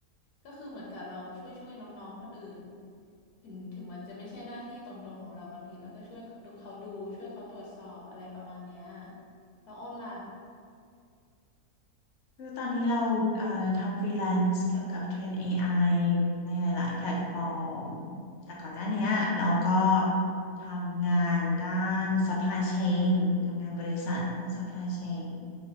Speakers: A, on the left; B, on the left.
A: ก็คือเหมือนกับเราช่วยๆน้องๆคนอื่น ถึงถึงมันจะไม่ใช่หน้าที่ตรงๆของเราบางทีเราก็ช่วยดูเขาดูช่วยเขาตรวจสอบอะไรประมาณเนี้ยแล้วอ้นล่ะ
B: คือตอนนี้เราเอ่อทำฟรีแลนซ์เกี่ยวกับเทรน AI ในหลาย ๆ แพลตฟอร์ม
A: อืม
B: แต่ก่อนหน้าเนี้ยเราก็ทำงานด้าน supply chain ทำงานบริษัทด้าน supply chain